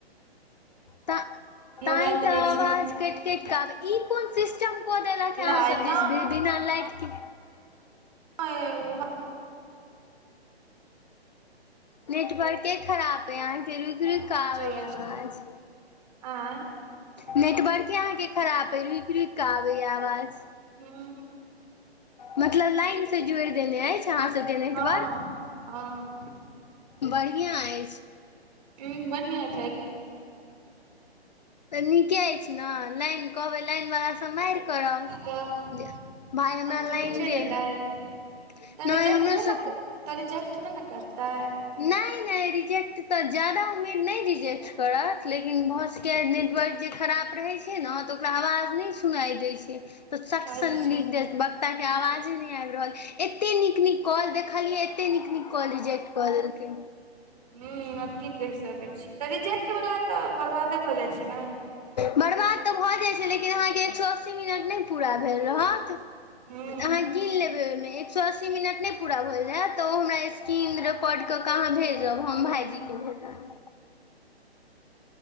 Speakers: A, on the left; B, on the right.
A: त
B: कोनो
A: तई
B: बात
A: तऽ
B: नहि
A: आवाज
B: छै
A: कैट कैट क ई कोन सिस्टम कऽ देलक
B: लाइट
A: अहाँ सब दिस जे बीना लाइट के
B: नय उ हम
A: नेटवर्के खराप यऽ अहाँके रुकि रुकि कऽ आबेय
B: चलै
A: यऽ
B: छै
A: आवाज
B: आँय
A: नेटवर्के अहाँके खराब अइ रुकि रुकि कऽ आबैय आवाज
B: हँ
A: मतलब लाइन से जोड़ि देने अछि अहाँ सबके नेटवर्क
B: हँ हँ
A: बढ़िआँ अछि
B: ऊ बढ़िआ छै कि
A: तऽ नीके अछि ने लाइन कहबै लाइन वला तऽ मारि करब
B: तब
A: जे भाय हमरा
B: अहाँ सबके
A: लाइन
B: छै ने
A: दे
B: लाइट
A: नहि
B: तऽ रिजेक्ट
A: हमरो
B: नहि ने
A: सब
B: तऽ रिजैक्ट नहि ने करतै
A: नहि नहि रिजेक्ट तऽ जादा उम्मीद नहि रिजेक्ट करत लेकिन भऽ सक नेटवर्क जे खराब रहै छै छै ने तऽ ओकरा आवाज नहि सुनाइ दै छै तऽ सट्
B: अच्छा
A: सनिदेत बक्ताक के आवाजे नहि आबि रहल एते नीक नीक कल देखलियै कते नीक नीक कॉल रिजेक्ट कऽ देलकै
B: हुँ आब की कहि सकैत छी तऽ रिजेक्ट वाला तऽ बर्बादे भऽ जाइ छै न
A: बर्बाद तऽ भऽ जाइत छै लेकिन अहाँके एक सौ अस्सी मिनट नहि पूरा भेल रहत
B: हूँ
A: आहाँ गिन लेबै उहिमे एक सौ अस्सी मिनट नय पुरा होइल हैत तऽ ओहो मऽ स्क्रीन रे रेकाउड कऽ कऽ अहाँ भेजब हम
B: हूँ
A: भाइजीके भेजब